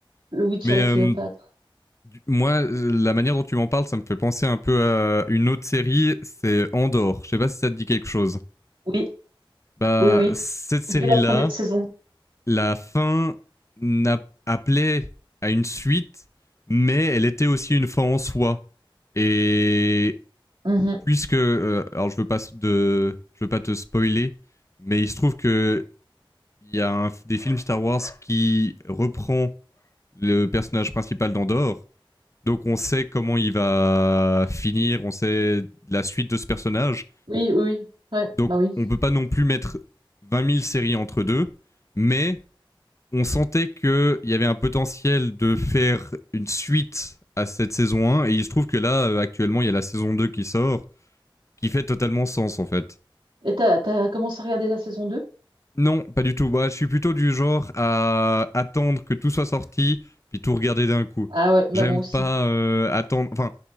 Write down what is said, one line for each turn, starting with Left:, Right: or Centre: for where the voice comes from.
Right: le Witcher
Left: Mais
Right: et
Left: euh,
Right: Cléopâtre.
Left: Moi, euh, la manière dont tu m'en parles, ça me fait penser un peu à une autre série, c'est Andor. Je sais pas si ça te dit quelque chose.
Right: Oui,
Left: Bah,
Right: oui, oui.
Left: cette série-là,
Right: J'ai vu la première saison.
Left: la fin n'a- appelait à une suite, mais elle était aussi une fin en soi. Et
Right: Mmh.
Left: puisque, euh, alors je veux pas de, je veux pas te spoiler, mais il se trouve que il y a un des films Star Wars qui reprend le personnage principal d'Andor. Donc on sait comment il va finir, on sait la suite de ce personnage.
Right: Oui, oui, oui. Ouais,
Left: Donc
Right: bah oui.
Left: on peut pas non plus mettre vingt mille séries entre deux, mais on sentait qu'il y avait un potentiel de faire une suite à cette saison un, et il se trouve que là, euh, actuellement, il y a la saison 2 qui sort, qui fait totalement sens en fait.
Right: Et t'as, t'as commencé à regarder la saison deux
Left: Non, pas du tout. Moi, je suis plutôt du genre à attendre que tout soit sorti, puis tout regarder d'un coup.
Right: Ah ouais, bah
Left: J'aime
Right: moi aussi.
Left: pas euh, attendre. Enfin,